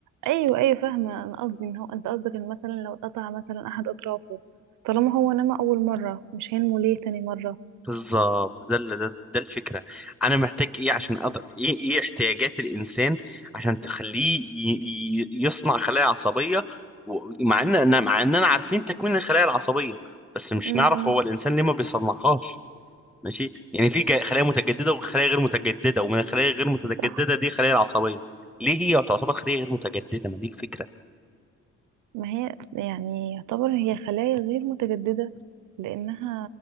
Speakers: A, on the right (about 80°); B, in the centre.
A: ايوه ايوه فاهمه انا قصدي ان هو انت قصدك ان مثلا لو اتقطع مثلا احد اطرافه طالما هو نما اول مره مش هينمو ليه تاني مره
B: بالظبط ده ال- ده ده الفكره انا محتاج ايه عشان أقدر ايه ايه احتياجات الانسان عشان تخليه ي- ي- يصنع خلايا عصبيه ومع ان أنا- مع اننا عارفين تكوين الخلايا العصبيه بس مش
A: امم
B: نعرف هو الانسان ليه ما بيصنعهاش ماشي يعني في جا- خلايا متجدده وخلايا غير متجدده ومن الخلايا غير متجدده
A: صح
B: دي خلايا العصبيه ليه هي تعتبر خليه غير متجدده ما دي الفكره
A: ما هي يعني يعتبر هي خلايا غير متجددة لأنها